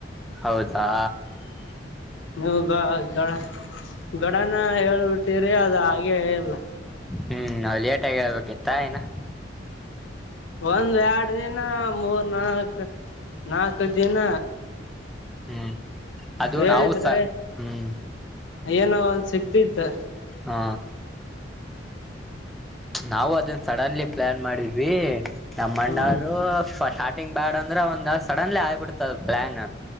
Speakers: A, in the centre; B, on the left.
A: ಹೌದಾ
B: ನೀವು ಗ ಗಳ ಗಡನ ಹೇಳ್ಬಿಟ್ಟಿರಿ ಅದು ಆಗೆ ಇಲ್ಲಾ
A: ಹ್ಮ ಲೇಟಾಗಿ ಹೇಳ್ಬೇಕಿತ್ತ ಇನ್
B: ಒಂದ್ ಎರಡು ದಿನ ಮೂರ್ ನಾಕ್ ನಾಲ್ಕ ದಿನ
A: ಹ್ಮ್ ಅದು
B: ಹೇಳಿದ್ರೆ
A: ನಾವುಸ ಹ್ಮ್
B: ಏನೋ ಒಂದ ಸಿಕ್ತಿತ್ತು
A: ಹಾ ನಾವು ಅದನ್ನ ಸಡನ್ಲಿ ಪ್ಲಾನ್ ಮಾಡಿದ್ವಿ ನಮ್ಮ ಅಣ್ಣವರು
B: ಹ್ಮ್
A: ಶ ಗ್ ಬ್ಯಾಡ್ ಅಂದ್ರೆ ಒಂದ ಸಡನ್ಲಿ ಆಗಿಬಿಡ್ತ ಪ್ಲಾನ್